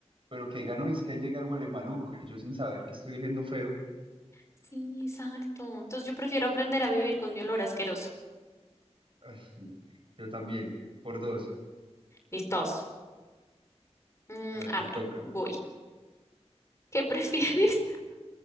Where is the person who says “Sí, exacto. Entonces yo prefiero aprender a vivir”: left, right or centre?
Left